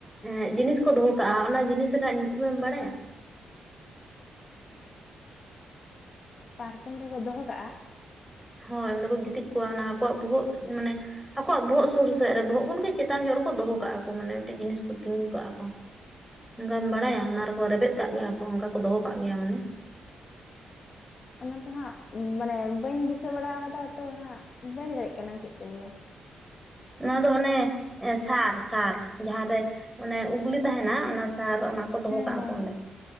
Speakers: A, in the centre; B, on the left (about 50°).
A: ᱮᱜ ᱡᱤᱱᱤᱥ ᱠᱚ ᱫᱚᱦᱚ ᱠᱟᱜ-ᱟ ᱚᱱᱟ ᱡᱤᱱᱤᱥ ᱨᱮᱱᱟᱜ ᱧᱩᱛᱩᱢᱮᱢ ᱵᱟᱲᱟᱭᱟ
B: ᱯᱟᱨᱠᱚᱢ ᱨᱮᱠᱚ ᱫᱚᱦᱚ ᱠᱟᱜ-ᱟ
A: ᱦᱳᱭ ᱚᱸᱰᱮ ᱠᱚ ᱜᱤᱛᱤᱡ ᱠᱚᱣᱟ ᱚᱱᱟ ᱟᱠᱚᱣᱟᱜ ᱵᱚᱦᱚᱜ ᱢᱟᱱᱮ ᱟᱠᱚᱣᱟᱜ ᱵᱚᱦᱚᱜ ᱥᱩᱨ ᱥᱮᱫ ᱨᱮ ᱵᱚᱦᱚᱜ ᱠᱷᱚᱱᱜᱮ ᱪᱮᱛᱟᱱ ᱧᱚᱜ ᱨᱮᱠᱚ ᱫᱚᱦᱚ ᱠᱟᱜ-ᱟ ᱠᱚ ᱢᱟᱱᱮ ᱢᱤᱫᱴᱤᱡ ᱡᱤᱱᱤᱥ ᱠᱚ ᱛᱤᱸᱜᱩ ᱠᱟᱜ-ᱟᱠᱚ ᱚᱱᱠᱟᱢ ᱵᱟᱲᱟᱭᱟ ᱚᱱᱟ ᱨᱮᱠᱚ ᱨᱮᱵᱮᱫ ᱠᱟᱜ ᱜᱮᱭᱟ ᱠᱚ ᱚᱱᱠᱟ ᱠᱚ ᱫᱚᱦᱚ ᱠᱟᱜ ᱜᱮᱭᱟ ᱢᱟᱱᱮ
B: ᱚᱱᱟ ᱛᱚ ᱦᱟᱸᱜ ᱢᱟᱱᱮ ᱵᱟᱹᱧ ᱫᱤᱥᱟᱹ ᱵᱟᱲᱟ ᱠᱟᱫᱟ ᱛᱚ ᱦᱟᱸᱜ ᱵᱟᱹᱧ ᱫᱟᱲᱮᱭᱟᱜ ᱠᱟᱱᱟ ᱪᱮᱫ ᱠᱚ ᱞᱟᱹᱭᱟ
A: ᱱᱚᱣᱟ ᱫᱚ ᱚᱱᱮ ᱥᱟᱨ ᱥᱟᱨ ᱡᱟᱦᱟᱸᱨᱮ ᱚᱱᱮ ᱩᱩᱜᱽᱞᱤ ᱛᱟᱦᱮᱱᱟ ᱚᱱᱟ ᱥᱟᱨ ᱚᱱᱟ ᱠᱚ ᱫᱚᱦᱚ
B: ᱦᱮᱸ
A: ᱠᱟᱜ-ᱟ
B: ᱦᱮᱸ
A: ᱠᱚ
B: ᱦᱮᱸ
A: ᱚᱸᱰᱮ